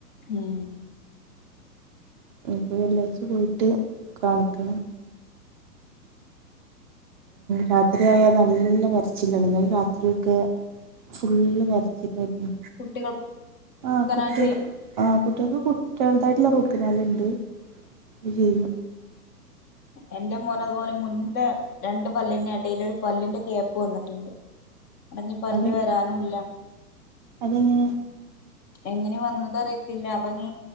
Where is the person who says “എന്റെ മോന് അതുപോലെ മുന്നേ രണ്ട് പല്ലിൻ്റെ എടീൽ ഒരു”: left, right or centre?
Left